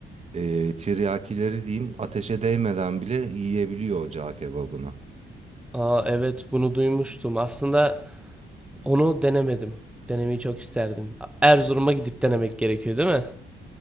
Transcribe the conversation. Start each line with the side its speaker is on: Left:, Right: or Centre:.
Right: e, tiryakileri diyeyim ateşe değmeden bile yiyebiliyor o cağ kebabını.
Centre: aa evet bunu duymuştum. Aslında Onu denemedim. Denemeyi çok isterdim. Erzurum'a gidip denemek gerekiyor değil mi?